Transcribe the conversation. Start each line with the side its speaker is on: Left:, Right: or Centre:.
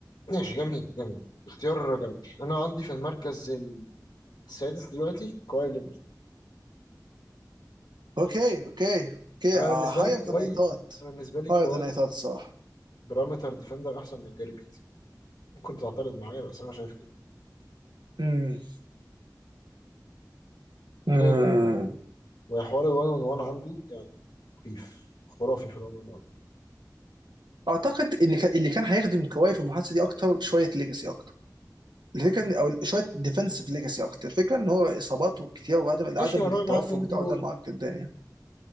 Left: ماشي جميل جميل اختيار جميل انا عندي في المركز السادس دلوقتي كواي لينارد
Right: اوكي اوكي اوكي
Left: انا بالنسبه
Right: هاير
Left: لي كواي
Right: ذان اي ثوت
Left: انا بالنسبه لي كواي
Right: هاير ذان اي ثوت الصراحه
Left: بارامتر ديفندر احسن من جاري بيت ممكن تعترض معايا بس انا شايف كده
Right: امم
Left: بلاي
Right: امم
Left: وحوار الوان اون وان عندي يعني مخيف خرافي في الوان اون وان
Right: اعتقد ان كان- اللي كان هيخدم كواي في المحادثه دي اكتر شويه ليجاسي اكتر الفكره ان او شويه ديفنسيف ليجاسي اكتر الفكره ان هو اصاباته كتير وعدم
Left: ماشي
Right: عدم
Left: يا راجل
Right: التوفر
Left: معاه اتنين
Right: بتاعه
Left: دي
Right: ده معقد الدنيا